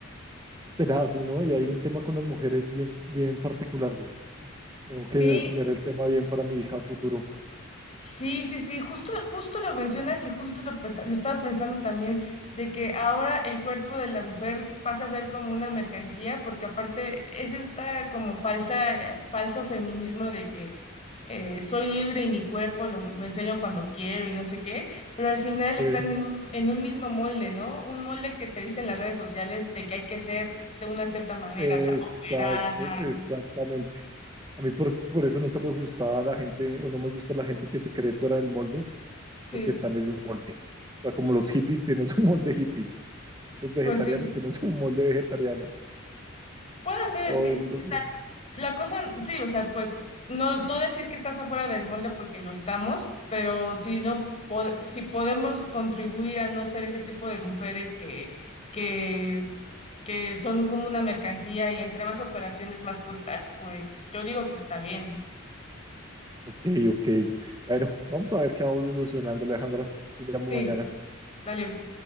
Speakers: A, on the right (about 20°); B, on the left (about 30°).
A: <laughs> Tenaz, ¿sí, ¿no? Y hay un tema con las mujeres bien, bien particular. Yo tengo que
B: Sí,
A: ver el tema bien para mi hija a futuro.
B: Sí, sí, sí, justo, justo lo mencionas y justo lo, pesta- lo estaba pensando también, de que ahora el cuerpo de la mujer pasa a ser como una mercancía, porque aparte es esta como falsa, eh, falso feminismo de que eh, soy libre y mi cuerpo lo, lo enseño cuando quiero y no sé qué, pero al final
A: Sí,
B: están en un, en un mismo molde, ¿no? Un molde que te dicen las redes sociales de que hay que ser de una cierta manera,
A: exacto,
B: o sea, operada.
A: exactamente. A mí por, por eso nunca me gustaba la gente, o no me gusta la gente que se cree fuera del molde,
B: Sí,
A: porque están en un molde. O sea, como los hippies tienen su molde hippie Los vegetarianos
B: pues sí.
A: tienen su molde vegetariano.
B: Puede ser,
A: Todo
B: sí,
A: esto.
B: sí, sí. O sea,
A: como,
B: la cosa, sí, o sea, pues no, no decir que estás afuera del molde porque lo estamos, pero si no, pode- si podemos contribuir a no ser ese tipo de mujeres que, que, que son como una mercancía y entre más operaciones más cuestas, pues yo digo que está bien.
A: Ok, ok. Bueno, vamos a ver qué va evolucionando, Alejandra. Te llamo
B: Sí,
A: mañana.
B: dale.